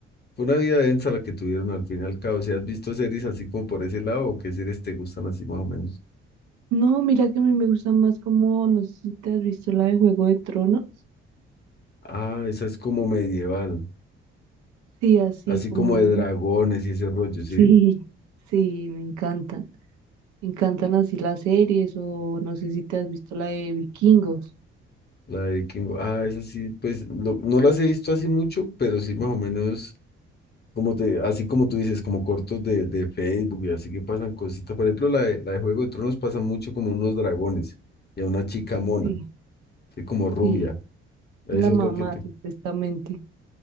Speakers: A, on the left; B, on the right.
A: fue una vida densa la que tuvieron al fin y al cabo. Si has visto series así como por ese lado, o qué series te gustan así más o menos.
B: No, mira que a mí me gusta más como, no sé si te has visto la de Juego de Tronos.
A: Ah, esa es como medieval,
B: Sí, así
A: así
B: como,
A: como de dragones y ese rollo,
B: <laughs>
A: ¿sí?
B: sí, sí, me encantan. Me encantan así las series o no sé si te has visto la de Vikingos.
A: La de King. Ah, esa sí, pues lo- no las he visto así mucho, pero sí más o menos, como te, así como tú dices, como cortos de, de Facebook y así que pasan cositas. Por ejemplo, la de, la de Juego de Tronos pasa mucho como unos dragones y a una chica mona,
B: Sí,
A: ¿sí? Como rubia.
B: sí,
A: Eso
B: la
A: es
B: mamá
A: lo que te.
B: supuestamente,